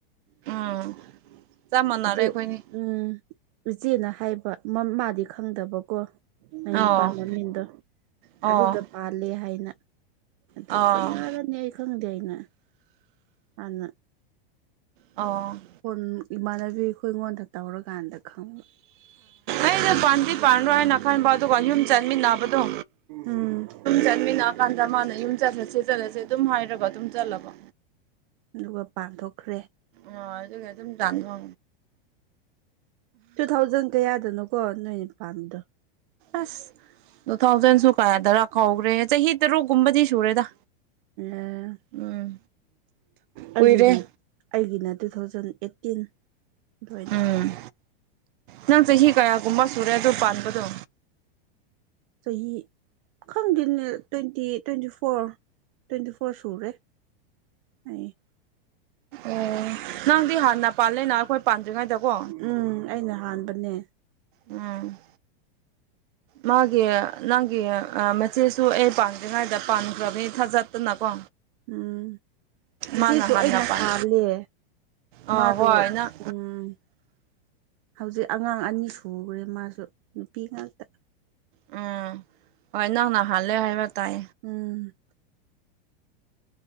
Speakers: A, on the right; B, on the right.
A: ꯎꯝ ꯆꯞ ꯃꯥꯟꯅꯔꯦ
B: ꯑꯗꯨ
A: ꯑꯩꯈꯣꯏꯅꯤ
B: ꯎꯝ ꯆꯦꯅ ꯍꯥꯏꯕ ꯃꯥꯗꯤ ꯈꯪꯗꯕꯀꯣ ꯑ
A: ꯑꯣ
B: ꯅꯨ ꯄ ꯃ ꯃꯤꯡꯗꯣ
A: ꯑꯣ
B: ꯑꯗꯨꯗ ꯄꯥꯜꯂꯦ ꯍꯥꯏꯅ ꯑꯗꯨ
A: ꯑꯣ
B: ꯀꯅꯥꯔꯅꯤ ꯑꯩ ꯈꯪꯗꯦ ꯑꯩꯅ ꯍꯥꯟꯅ
A: ꯑꯣ ꯎꯝ
B: ꯍꯣꯟ ꯏꯃꯥꯟꯅꯕꯤ ꯑꯩꯈꯣꯏ ꯑꯩꯉꯣꯟꯗ ꯇꯧꯔꯀꯥꯟꯗ ꯈꯪꯕ
A: ꯎ ꯍ ꯄꯥꯟꯗꯤ ꯄꯥꯟꯔꯣꯏ ꯍꯥꯏꯅ ꯈꯟꯕ ꯑꯗꯨꯒ ꯌꯨꯝ ꯆꯠꯃꯤꯟꯅꯕ ꯣ
B: ꯎꯝ
A: ꯆꯃꯤ ꯀꯥꯟꯗ ꯃꯥꯅ ꯌꯨꯝ ꯆꯠꯂꯁꯦ ꯆꯠꯂꯁꯦ ꯑꯗꯨꯝ ꯍꯥꯏꯔꯒ ꯑꯗꯨꯝ ꯆꯠꯂꯕ
B: ꯑꯗꯨꯒ ꯄꯥꯡꯊꯣꯛꯈ꯭ꯔꯦ
A: ꯑ ꯀ ꯑꯗꯨ ꯗꯥꯡꯒꯥ
B: ꯇꯨ ꯊꯥꯎꯖꯟ ꯀꯌꯥꯗꯅꯣꯀꯣ ꯅꯣꯏ ꯄꯥꯟꯕꯗꯣ
A: ꯑꯁ ꯇꯨ ꯊꯥꯎꯖꯟꯁꯨ ꯀꯌꯥꯗꯔꯥ ꯀꯧꯈ꯭ꯔꯦ ꯆꯍꯤ ꯇꯔꯨꯛꯀꯨꯝꯕꯗꯤ ꯁꯨꯔꯦꯗ
B: ꯑꯦ
A: ꯎꯝ
B: ꯑꯩꯒꯤꯅ
A: ꯀꯨꯏꯔꯦ
B: ꯑꯩꯒꯤꯅ ꯇꯨ ꯊꯥꯎꯖꯟ ꯑꯩꯠ ꯇꯤꯟ ꯑꯗꯨꯋꯥꯏꯗ
A: ꯎꯝ ꯅꯪ ꯆꯍꯤ ꯀꯌꯥꯒꯨꯝꯕ ꯁꯨꯔꯦ ꯑꯗꯨ ꯄꯥꯟꯕꯗꯣ
B: ꯆꯍꯤ ꯈꯪꯗꯦꯅꯦ twenty twenty four twenty four ꯁꯨꯔꯦ ꯍꯥꯏ
A: ꯑꯣ ꯅꯪꯗꯤ ꯍꯥꯟꯅ ꯄꯥꯜꯂꯦꯅ ꯑꯩꯈꯣꯏ ꯄꯥꯟꯗ꯭ꯔꯤꯉꯩꯗꯀꯣ
B: ꯎꯝ ꯑꯩꯅ ꯍꯥꯟꯕꯅꯦ
A: ꯎꯝ
B: <unintelligible>
A: ꯃꯥꯒꯤ ꯅꯪꯒꯤ ꯃꯆꯦꯁꯨ ꯑꯩ ꯄꯥꯟꯗ꯭ꯔꯤꯉꯩꯗ ꯄꯥꯟꯈ꯭ꯔꯕꯅꯤ ꯊꯥꯖꯠꯇꯅꯀꯣ
B: ꯎꯝ ꯏꯆꯦꯁꯨ
A: ꯃꯥꯅ ꯍꯥꯟꯅ
B: ꯑꯩꯅ
A: ꯄꯥꯟ
B: ꯍꯥꯜꯂꯦ
A: ꯑꯥ
B: ꯃꯥꯗꯣ
A: ꯍꯣꯏ ꯅꯪ
B: ꯎꯝ ꯍꯧꯖꯤꯛ ꯑꯉꯥꯡ ꯑꯅꯤ ꯁꯈ꯭ꯔꯦ ꯃꯥꯁꯨ ꯅꯨꯄꯤ ꯉꯥꯛꯇ
A: ꯎꯝ ꯅꯡꯅ ꯍꯥꯜꯂꯦꯍꯥꯏꯕ ꯇꯥꯏ
B: ꯎꯝ